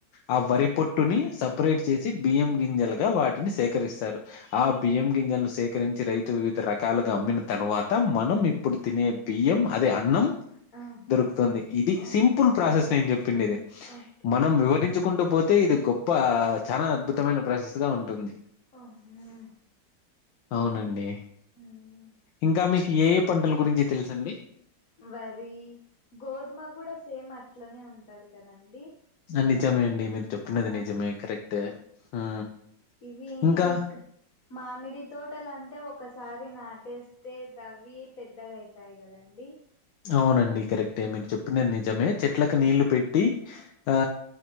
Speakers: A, on the left; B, on the left.
A: ఆ వరి పొట్టుని సపరేట్ చేసి బియ్యం గింజలుగా వాటిని సేకరిస్తారు ఆ
B: ఉహు
A: బియం గింజల్ను సే కరించి రైతు వివిధ రకాలుగా అమ్మిన తర్వాత మనం ఇప్పుడు తినే బియ్యం అదే అన్నం
B: ఆహా
A: దొరుకుతుంది ఇది
B: ఓ
A: సింపుల్ ప్రాసెస్ నేను చెప్పిండేది ఇది
B: ఓకే
A: మనం వివరించు కుంటూ పోతే ఇది గొప్ప చాలా అద్భుతమైన ప్రాసెస్ గా ఉంటుంది
B: ఆహ
A: అవునండి
B: ఉమ్
A: ఇంకా మీకు ఏ ఏ పంటల గురించి తెలుసండి
B: వరి గోధుమ కూడా సేమ్ అట్లనే ఉంటది కదండి
A: నిజమే అండి మీరు చెప్పినది
B: ఆ
A: నిజమే కరెక్ట్ ఉ
B: ఇవి
A: ఇంకా
B: ఇంక్ మామిడి తోటలంటే ఒకసారి నాటేస్తే తవ్వి పెద్దగాయితాయి కదండి
A: అవునండి కరెక్టే మీరు చెప్పినది నిజమే చెట్లకు
B: ఆ
A: నీళ్లు పెట్టి ఆ